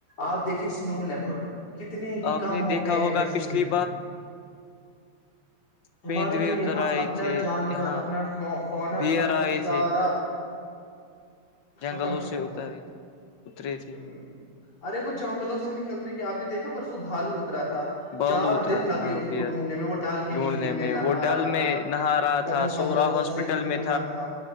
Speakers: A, on the left; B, on the left.
A: آپ دیکھیے اسنو لیپرڈ کتنے ہی
B: آپ
A: کم
B: نے
A: ہو
B: دیکھا
A: گئے
B: ہوگا
A: ہیں کشمیر
B: پچھلی
A: میں
B: پینڈو
A: ہمارا جو
B: اتر
A: یہاں
B: آئے
A: اپنا
B: تھ
A: جانور
B: یہاں
A: اپنا فونا
B: بئر
A: تھا وہ
B: آئے
A: سارا
B: تھ جنگلوں
A: ختم ہو
B: سے
A: رہا
B: اتاریے اترے
A: ہے
B: تھے
A: ہ ارے وہ جنگلوں سے نہیں اتریں گے آپ نے دیکھا پرسو بھالو اترا تھا
B: بالو
A: چار
B: اترا
A: دن لگے
B: تھا ہاں
A: اس
B: بیئر
A: کو ڈھونڈنے میں وہ ڈال کے
B: ڈھونڈنے
A: نہیں میں نہا
B: وہ ڈل
A: رہا تھا
B: میں نہا رہا
A: کبھی
B: تھا
A: حضرت
B: سورا
A: بل
B: ہاسپٹل
A: سے گھوم
B: میں
A: رہا تھا